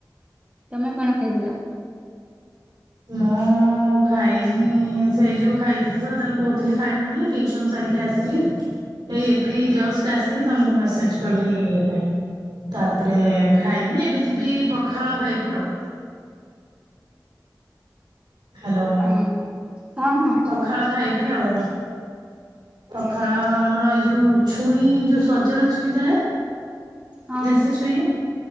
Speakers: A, on the right; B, on the right.
A: ତମେ କଣ ଖାଇଥିଲ?
B: ମୁଁ ଖାଇନି ସେଇ ଯୋଉ ଖାଇ ଥିଲ ସେତେବେଳେ କହୁଥିଲି ଖାଇ ବୋଲି ଟିଉସନ ସାରିକି ଆସିଲି ହେଇ ଏବେ ଜଷ୍ଟ ଆସିକି ତମକୁ ମେସେଜ କଲି ଇ ପାଇଁ ତାପ ତାପରେ
A: ହଁ
B: ଖାଇନି ଏବେ ଯିବି ପଖାଳ ଖାଇବି ଆଉ। ହ୍ୟାଲୋ।
A: ହୁଁ-ହଁ-ହଁ
B: ପଖାଳ
A: କୁହ।
B: ଖାଇବି ଆଉ। ପଖାଳ
A: ହୁଁ
B: ଆମର ଏଇ ଯୋଉ ଛୁଇଁ ଯୋଉ ସଜନା ଛୁଇଁ ଥାଏ
A: ହଁ
B: ଦେଶୀ
A: ହଁ
B: ଛୁଇଁ